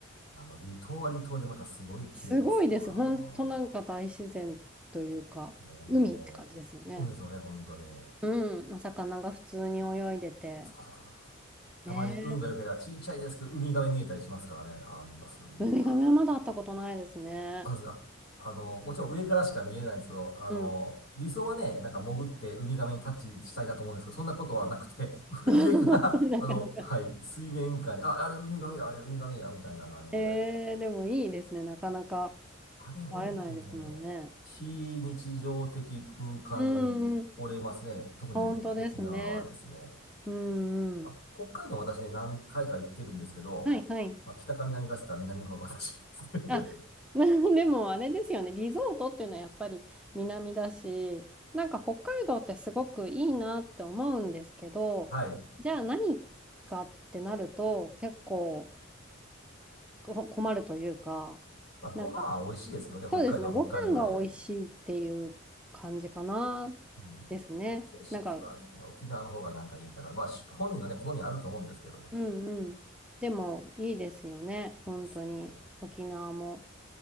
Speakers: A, on the left (about 50°); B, in the centre.
A: あの、離島は離島でまたすごい綺麗ですよ。
B: すごいです。
A: あ
B: 本当なんか大自然というか、
A: のね、
B: 海って感じですよね。
A: もう、海ですよね、本当に。
B: うん、お魚が普通に泳いでて。
A: そうそうそうそうたまに運が良ければ、
B: ねえ、
A: ちっちゃいですけど、ウミガメ見えたりしますからね。あんなすげえな。
B: ウミガメはまだ会ったことないですね。
A: あ、ですが、あの、もちろん上からしか見えないんですけど、あの、
B: うん。
A: 理想はね、なんか潜ってウミガメにタッチしたいなと思うんですけど、そんなことはなくて、<laughs> 上から、
B: <laughs> それなかなか。
A: あの、はい、水面下に、あ、あれウミガメや、あれウミガメや、みたいな感じで、
B: えー、でもいいですね。なかなか
A: あれほんとね、
B: 会えないですもんね。
A: 非日常的空間に折れますね。
B: うんうん、
A: 特に沖縄はですね。
B: 本当ですね。うんうん。
A: まあ、北海道も私ね、何回か行ってるんですけど、
B: はいはい。
A: まあ、北か南かって言ったら南の方が私です
B: あ、
A: ね
B: <laughs> でもあれですよね。リゾートっていうのはやっぱり南だし、なんか北海道ってすごくいいなって思うんですけど、
A: <laughs> はい。
B: じゃあ何かってなると結構、こ困るというか、
A: まあ、ご飯は美味しいですけどね、
B: なんか、
A: 北海道は北海道で。
B: そうですね、ご飯が美味しいっていう感じかな、
A: うん。
B: ですね。
A: まあ、景色はね、
B: なんか、
A: 沖縄の方がなんかいいかな。まあ、し本人のね、好みあると思うんですけども。
B: うんうん。でも、いいですよね、
A: いいです。
B: 本当に。
A: 本当に
B: 沖縄も